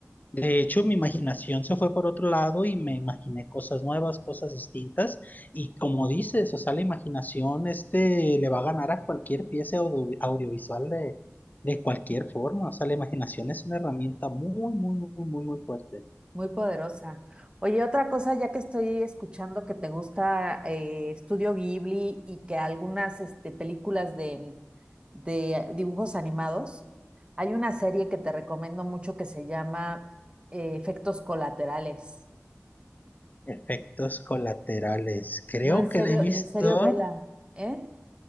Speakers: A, on the left; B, on the right.
A: De hecho, mi imaginación se fue por otro lado y me imaginé cosas nuevas, cosas distintas. Y como dices, o sea, la imaginación este le va a ganar a cualquier pieza audio- audiovisual de, de cualquier forma. O sea, la imaginación es una herramienta muy, muy, muy, muy, muy fuerte.
B: muy poderosa. Oye, otra cosa, ya que estoy escuchando que te gusta eh, Estudio Ghibli y que algunas este, películas de, de dibujos animados, hay una serie que te recomiendo mucho que se llama eh, Efectos Colaterales.
A: Efectos colaterales. Creo
B: No, en
A: que
B: serio,
A: la he visto.
B: en serio, vela, ¿eh?